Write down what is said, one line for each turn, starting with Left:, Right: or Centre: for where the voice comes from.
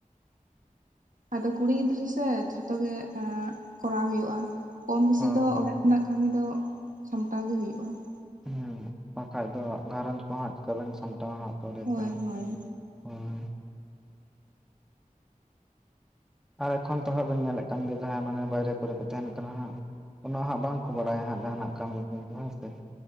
Right: ᱟᱫᱚ ᱠᱩᱲᱤ ᱜᱤᱫᱽᱨᱟᱹ ᱥᱮ ᱡᱷᱚᱛᱚ ᱜᱮ ᱠᱚᱨᱟᱣ ᱦᱩᱭᱩᱜ-ᱟ ᱾ ᱠᱚᱢ ᱵᱮᱥᱤ
Centre: ᱦᱳᱭ
Right: ᱫᱚ ᱚᱲᱟᱜ ᱨᱮᱱᱟᱜ ᱠᱟᱹᱢᱤ ᱫᱚ ᱥᱟᱢᱴᱟᱣ ᱜᱮ ᱦᱳᱭᱳᱜ-ᱟ ᱾
Centre: ᱦᱩᱸ ᱵᱟᱠᱷᱟᱡ ᱫᱚ ᱜᱷᱟᱸᱨᱚᱸᱧᱡᱽ ᱠᱚ ᱦᱟᱸᱜ ᱪᱤᱠᱟᱹ ᱵᱮᱱ ᱥᱟᱢᱴᱟᱣᱟ ᱦᱟᱸᱜ ᱯᱚᱨᱮ
Right: ᱦᱳᱭ
Centre: ᱛᱮ ᱦᱟᱸᱜ
Right: ᱦᱳᱭ
Centre: ᱾ ᱦᱳᱭ ᱾ ᱟᱨ ᱮᱠᱷᱚᱱ ᱛᱚ ᱦᱟᱸᱜ ᱵᱤᱱ ᱧᱮᱞᱮᱫ ᱠᱟᱱ ᱜᱮᱭᱟ ᱡᱟᱦᱟᱸᱭ ᱢᱟᱱᱮ ᱵᱟᱭᱨᱮ ᱠᱚᱨᱮ ᱠᱚ ᱛᱟᱦᱮᱱ ᱠᱟᱱᱟ ᱦᱟᱸᱜ ᱾ ᱩᱱᱟᱹᱜ ᱦᱟᱸᱜ ᱵᱟᱝ ᱠᱚ ᱵᱟᱲᱟᱭᱟ ᱦᱟᱸᱜ ᱡᱟᱦᱟ ᱱᱟᱜ ᱠᱟᱹᱢᱤ ᱠᱚᱜᱮ ᱦᱳᱭ ᱥᱮ ᱾